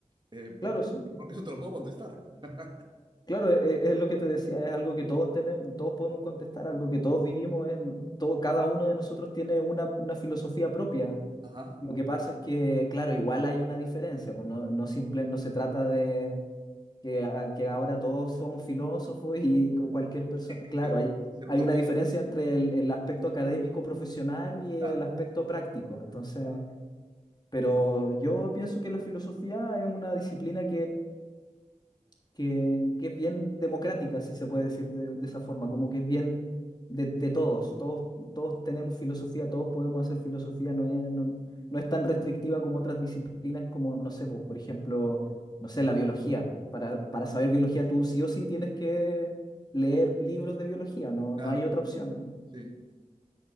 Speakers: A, on the right (about 35°); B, on the left (about 30°).
A: Eh, porque,
B: Claro, sí.
A: porque eso te lo puedo contestar. <laughs>
B: Claro, e- e- es, lo que te decía, es algo que todos tenemos, todos podemos contestar, algo que todos vivimos, es, todo, cada uno de nosotros tiene una, una filosofía propia.
A: Ajá.
B: Lo que pasa es que, claro, igual hay una diferencia, pues no, no simple, no se trata de, que, a- que ahora todos somos filósofos y como cualquier persona.
A: Es
B: Claro,
A: que
B: hay,
A: se lo
B: hay
A: tomé,
B: una diferencia entre el, el aspecto académico profesional y el
A: claro,
B: aspecto práctico. Entonces,
A: claro,
B: pero yo pienso que la filosofía es una disciplina que, que es bien democrática, si se puede decir de, de esa forma, como que es bien de, de todos, todos, todos tenemos filosofía, todos podemos hacer filosofía, no es, no, no es tan restrictiva como otras disciplinas, como, no sé, pues, por ejemplo, no sé, la biología. Para, para saber biología, tú sí o sí tienes que leer libros de biología, no,
A: claro,
B: no hay otra opción
A: sí.